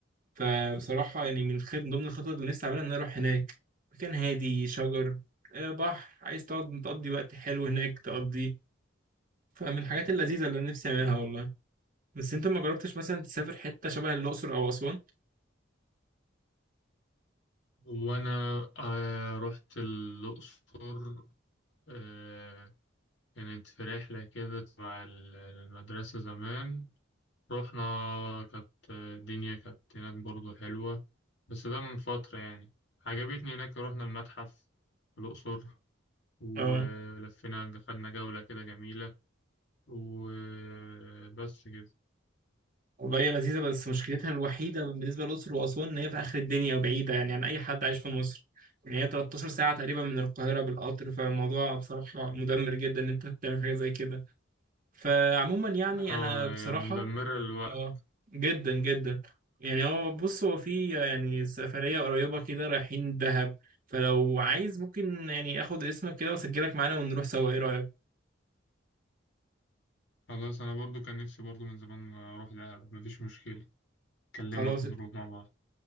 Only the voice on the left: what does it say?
وانا آه رحت الاقصر آه كانت في رحلة كده تبع المدرسة زمان رحنا كانت الدنيا كانت هناك برضو حلوة بس ده من فترة يعني عجبتني هناك رحنا المتحف في الأقصر ولفينا
خدنا جولة كده جميلة وبس كده
اه
هي
مدمرة للوقت
خلاص أنا برضو كان نفسي برضو من زمان أروح دهب مفيش مشكلة أكلمك
ونروح مع بعض